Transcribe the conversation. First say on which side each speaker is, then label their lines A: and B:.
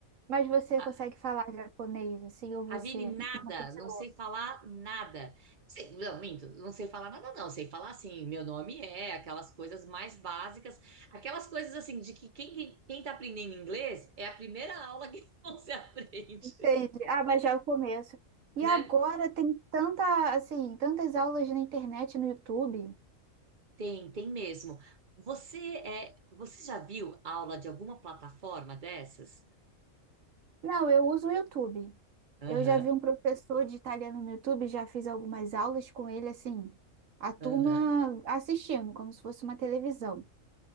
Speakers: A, on the right; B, on the right.
A: Mas você
B: A
A: consegue falar japonês, assim, ou você
B: Ravine, nada,
A: não continuou?
B: não sei falar nada. Sei- não, minto, não sei falar nada, não. Sei falar assim, meu nome é, aquelas coisas mais básicas, aquelas coisas assim, de que quem, quem tá aprendendo inglês é a primeira aula que <laughs> você aprende
A: Entende? Ah, mas já é o começo. E
B: né?
A: agora tem tanta, assim, tantas aulas na internet, no YouTube.
B: Tem, tem mesmo. Você é, você já viu aula de alguma plataforma dessas?
A: Não, eu uso o YouTube.
B: Aham,
A: Eu já vi um professor de italiano no YouTube, já fiz algumas aulas com ele, assim, a turma
B: aham.
A: assistindo, como se fosse uma televisão.